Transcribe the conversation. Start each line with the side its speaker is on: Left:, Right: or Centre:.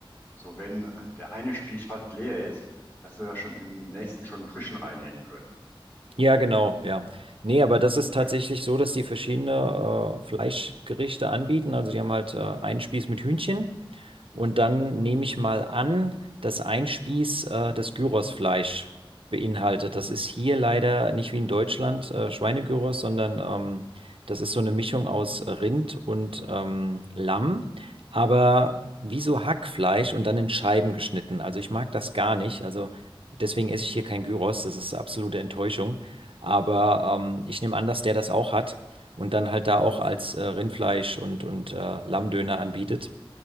Left: So, wenn äh, der eine Spieß fast leer ist, dass sie da schon im nächsten schon einen frischen reinhängen können.
Right: Ja, genau, ja. Nee, aber das ist tatsächlich
Left: Ja,
Right: so, dass die verschiedene äh, Fleischgerichte anbieten. Also die haben halt äh, einen Spieß mit Hühnchen. Und dann nehme ich mal an, dass ein Spieß äh, das Gyrosfleisch beinhaltet. Das ist hier leider nicht wie in Deutschland äh, Schweinegyros, sondern ähm, das ist so eine Mischung aus Rind und ähm, Lamm, aber wie so Hackfleisch und dann in Scheiben geschnitten. Also ich mag das gar nicht. Also deswegen esse ich hier kein Gyros. Das ist absolute Enttäuschung. Aber ähm, ich nehme an, dass der das auch hat und dann halt da auch als äh, Rindfleisch und, und äh, Lammdöner anbietet.